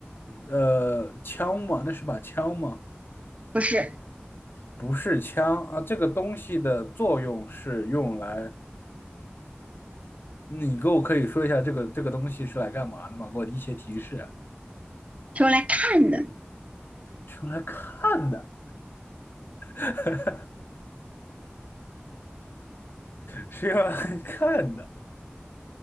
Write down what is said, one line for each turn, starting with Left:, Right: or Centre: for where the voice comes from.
Left: 呃枪吗？那是把枪吗？
Right: 不是，
Left: 不是枪啊，这个东西的作用是用来，你给我可以说一下这个这个东西是来干嘛的吗？给我一些提示啊，
Right: 是用来看的。
Left: 是用来看的，<laughs> 是用来看的。